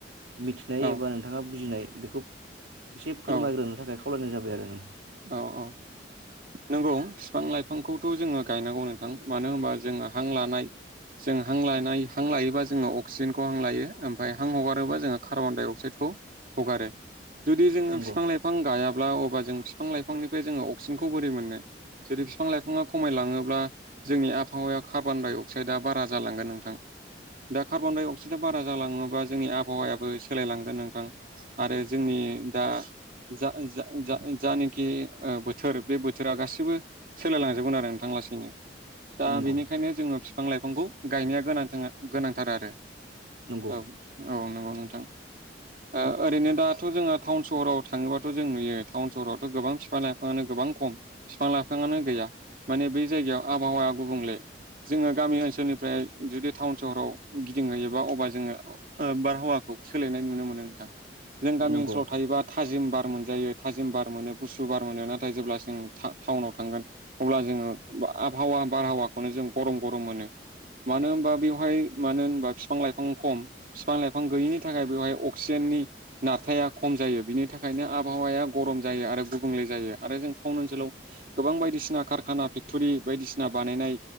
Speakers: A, on the right; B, on the right.
A: मिथिनाय
B: औ
A: एबा नोंथाङा बुजिनाय बेखौ एसे फोरमायग्रोनो
B: औ
A: थाखाय खलायनाय जाबाय आरो नों
B: औ औ नंगौ बिफां लाइफांखौथ' जोङो गायनांगौ नोंथां मानो होनबा जोङो हां लानाय जों हां लानाय हां लायोबा जों जोङो अक्सिजेनखौ हां लायो ओफाय हां हगारोबा जोङो कार्बन डाइ अक्साइदखौ हगारो। जुदि जोङो
A: नंगौ
B: फिफां लाइफां गाया ब्ला अब्ला जों बिफां लाइफांनिफ्राय जोङो अक्सिजेनखौ बोरै मोनो जुदि बिफां लाइफाङा खमायलाङोब्ला जोंनि आबहावाया कार्बनडाइ अक्साइदआ बारा जालांगोन नोंथां। दा कार्बनडाइ अक्सड बारा जालाङोबा जोंनि आबहावायाबो सोलायलांगोन नोंथां आरो जोंनि दा जा जा जा जानि खि बोथोर बे बोथोरा गाैबो सोलायलांजोबगोन आरो नोंथां लासैनो। दा
A: नंगौ
B: बेनिखायनो जोङो फि बिफां लाइफांखौ गायनाया गोनां जोङो गोनांथार आरो ।
A: नंगौ
B: औ औ नंगौ नोंथां ओ ओरैनो दाथ' जोङो थावन सहराव थाङोब्लाथ' जों नुयो टाउन सहराव गोबां बिफां लाइफाङानो गोबां खम बिफां लाइफाङानो गैया। माने बै जायगायाव आबहावाया गुबुंले। जोङो गामि ओनसोलनिफ्राय जुदि टाउन सहराव गिदिंहैयोबा अबा जोङो बारहावाखौ सोलायनाय नुनो मोनो नोंथां जों गामि
A: नंगौ
B: ओनसोलाव थायोबा थाजिम बार मोनजायो थाजिम बार मोनो गुसुु बार मोनो। नाथाय जेब्ला जों टा-टाउनाव थांगोन अब्ला जोङो आबहावा बारहावाखौनो जों गरम गरम मोनो मानो। होनबा बेवहाय मानो होनबा फिफां लाइफां खम। फिफां लाइफां गैयिनि थाखाय बेवहाय अक्सिजेननि नारथाया खम जायो। बिनि थाखायनो आबहावाया गरम जायो आरो गुबुंले जायो आरो जों टाउन ओनसोलाव गोबां बायदिसिना कारखाना फेक्टरि बायदिसिना बानायनाय